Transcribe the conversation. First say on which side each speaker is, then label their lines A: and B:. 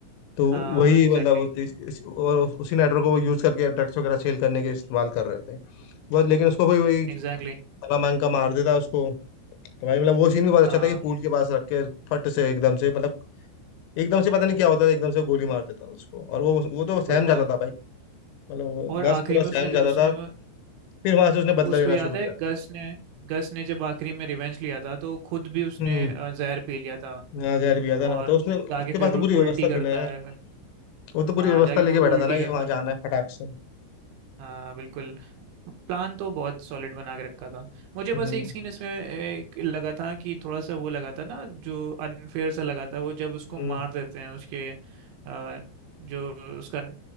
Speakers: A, on the left; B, on the right.
A: तो
B: हाँ
A: वही
B: एग्जैक्टली
A: मतलब उस- इस, इस, और उसी नेटवर्क को वो यूज करके ड्रग्स वगैरह सेल करने के इस्तेमाल कर रहे थे बस लेकिन उसको वही वही भला
B: एग्जैक्टली
A: मांग का मार देता उसको तो भाई मतलब वो सीन भी बहुत अच्छा
B: हाँ
A: था कि पूल के पास रख के फट से एकदम से मतलब एकदम से पता नहीं क्या होता था एकदम से गोली मार देता था उसको और वो वो तो सहम
B: कोई मार
A: जाता था भाई मतलब वो
B: और
A: गस
B: आखिरी
A: पूरा
B: में
A: सहम
B: उसने
A: जाता
B: उसने
A: था फिर वहां से उसने बदला
B: उसको
A: लेना
B: याद
A: शुरू
B: है
A: किया था
B: गस ने गस ने जब आखिरी में रिवेंज लिया था तो खुद भी उसने
A: हम्म
B: अ, जहर पी लिया था
A: यहाँ जहर भी था ना
B: और
A: तो उसने उसके
B: जाके फिर
A: पास
B: उ-
A: तो पूरी व्यवस्था
B: उल्टी करता
A: थी ना यार
B: है फिर
A: वो तो पूरी
B: हाँ
A: व्यवस्था
B: जाके
A: लेके
B: फिर
A: बैठा
B: उल्टी
A: था ना
B: करता
A: कि वहां जाना
B: है
A: है फटाक से
B: हाँ बिल्कुल प्लान तो बहुत सॉलिड बना के रखा था मुझे
A: हम्म
B: बस एक सीन इसमें एक लगा था कि थोड़ा सा वो लगा था ना जो अनफेयर सा लगा था वो जब उसको
A: हम्म
B: मार देते हैं उसके अ, जो उसका